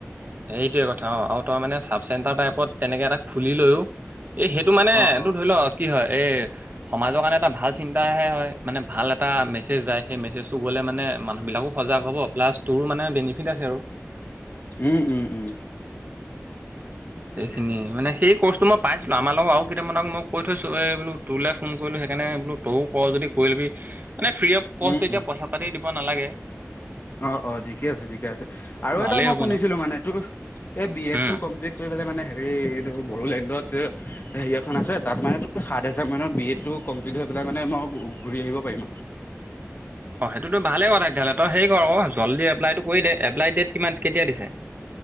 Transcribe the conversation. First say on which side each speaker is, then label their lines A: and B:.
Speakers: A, on the right; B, on the left.
A: সেইটোৱে কথা। অঁ, আৰু তই, মানে, চাব চেণ্টাৰ টাইপত, তেনেকে এটা খুলি লৈও, এই, সেইটো, মানে,
B: অ
A: এইটো
B: অ
A: ধৰি লওক, কি হয়, এই সমাজৰ কাৰণে, এটা ভাল চিন্তাহে হয়। মানে, ভাল এটা মেছেজ যায়। সেই মেছেজটো গ'লে, মানে, মানুহবিলাকো সজাগ হ'ব। প্লাছ, তোৰো, মানে, বেনিফিট আছে, আৰু
B: উম, উম, উম। তাকে
A: সেইখিনিয়ে, মানে, সেই কোৰ্চটো, মই পাইছিলোঁ, আমাৰ লগতো। আৰু, কেইটামানক মই কৈ থৈছোঁ। এই, বোলো, তোলৈ ফোন কৰিলোঁ, সেইকাৰণে। বোলো, তয়ো কৰ, যদি কৰি ল'বি। মানে, ফ্ৰী অৱ কষ্ট।
B: উম
A: যেতিয়া,
B: উম
A: পইচা-পাতি দিব নালাগে
B: অ, অ, ঠিকে আছে, ঠিকে আছে।
A: সেইটো
B: আৰু এটা,
A: ভালেই
B: মই
A: হ'ব
B: শুনিছিলোঁ,
A: ন
B: মানে, তোৰ এই বি এড
A: উম
B: টো কমপ্লিট <inaudible> মানে হেৰি, বড়োলেণ্ডত হেৰি এখন আছে। তাত মানে, সাত হাজাৰ মানত, বি এড টো কমপ্লিট হৈ পেলাই, মানে, মই ঘূৰি আহিব পাৰিম।
A: <inaudible> অ', সেইটোতো ভাৱে কথা। তেতিয়া হ'লে তই হেৰি কৰ আকৌ, জলদি, এপ্লাইটো কৰি দে। এপ্লাই ডেট, কিমান, কেতিয়া দিছে?